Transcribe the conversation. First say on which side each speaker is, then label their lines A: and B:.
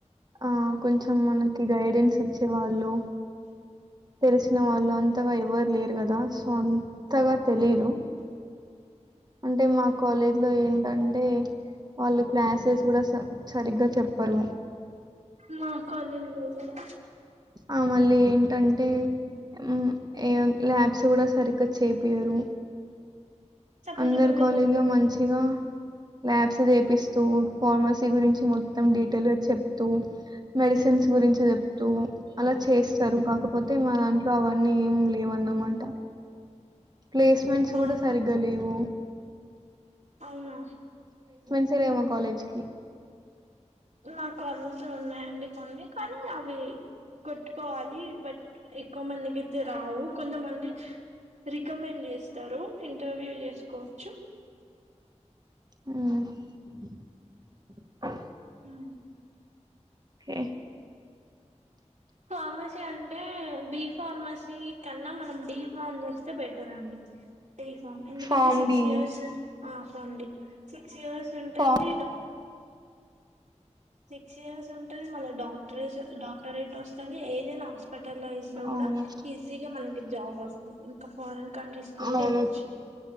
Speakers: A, on the right; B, on the right.
A: ఆ కొంచెం మనకి గైడెన్స్ ఇచ్చేవాళ్ళు తెలిసిన వాళ్ళు అంతగా ఎవరు లేరు కదా సో అంతగా తెలిదు అంటే మా కాలేజ్ లో ఏంటంటే వాళ్ళు క్లాసెస్ కూడా సరిగ్గా చెప్పరు
B: మా కాలేజ్ లో కూడా
A: ఆ మళ్ళీ ఏంటంటే ఉ ఏ ల్యాబ్స్ కూడా సరిగ్గా చెపియరు
B: సపోజ్
A: అందరు
B: ఇప్పుడు మీకు
A: కాలేజీలో మంచిగా ల్యాబ్స్ చేపిస్తూ ఫార్మసీ గురించి మొత్తం డీటెయిల్గా చెప్తూ మెడిసిన్ మెడిసిన్ గురించి చెప్తూ అలా చేస్తారు కాకపోతే మా దాంట్లో అవన్నీ ఏం లేవ్ అనమాట ప్లేస్మెంట్స్
B: మా
A: కూడా సరిగ లేవ్
B: అవున
A: వస్తారేమో కాలేజ్కి
B: నాకు కళ్ళతో ఉన్నాయండి కొన్ని కానీ అవి కొట్టుకోవాలి బట్ ఎక్కువ మందికి అయితే రావు కొంతమంది రికమెండ్ చేస్తారు. ఇంటర్వ్యూ చేసుకోవచ్చు
A: హ్
B: హ్
A: కె
B: ఫార్మసీ అంటే బి ఫార్మసీ కన్నా మనం డీ ఫార్మ్ చేస్తే బెటర్ అండి ఫామ్ ఎందుకంటే
A: ఫార్మ్
B: సిక్స్
A: డి,
B: ఇయర్స్ ఆ pharm D six years ఉంటది.
A: pharm
B: సిక్స్ ఇయర్స్ ఉంటది మల్లా డాక్టరే డాక్టరేట్ వస్తది ఏదైనా హాస్పిటల్ హాస్పిటలైస్ లో
A: అవును.
B: కూడా ఈజీ గా మన జాబ్ వంది ఇంకా ఫరాన్ కంట్రీస్కి
A: అవును.
B: కూడా ఏళ్లచ్చు